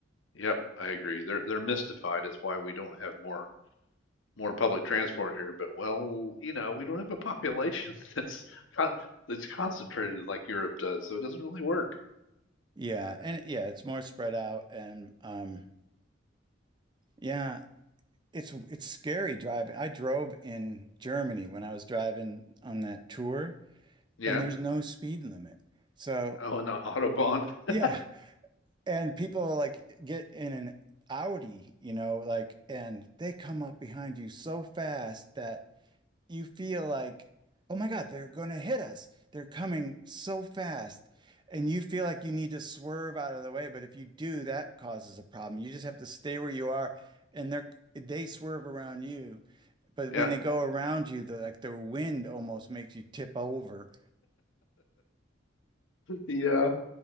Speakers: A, on the left; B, on the right.
A: yep, I agree. They're they're mystified is why we don't have more more public transport here. But well, you know, we don't have a population <laughs> that's con that's concentrated like Europe does, so it doesn't really work.
B: Yeah, and yeah, it's more spread out and um yeah, It's it's scary driving. I drove in Germany when I was driving on that tour,
A: Yeah.
B: and there's no speed limit. So,
A: Oh, and uh, Autobahn. <laughs>
B: yeah, and people like get in an Audi, you know, like and they come up behind you so fast that you feel like, "Oh my God, they're going to hit us. They're coming so fast." And you feel like you need to swerve out of the way, but if you do, that causes a problem. You just have to stay where you are and they're they swerve around you but
A: Yeah.
B: when they go around you, the like the wind almost makes you tip over.
A: Yeah.